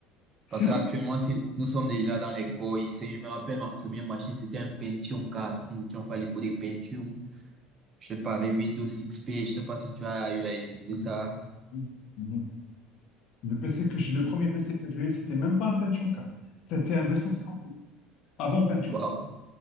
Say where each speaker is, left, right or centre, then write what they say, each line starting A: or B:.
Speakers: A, on the left; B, on the right.
A: Sinon,
B: parce qu'actuellement, si nous sommes déjà dans les corps ici, je me rappelle ma première machine, c'était un Pentium 4. Nous étions quoi les l'époque des Pentium. Je sais pas, avec Windows XP, je sais pas si tu as eu à utiliser
A: Mhm.
B: ça.
A: Mhm. le PC que j'ai- le premier PC que j'ai eu, c'était même pas un Pentium 4. C'était un 250 avant Pentium.
B: Waouh,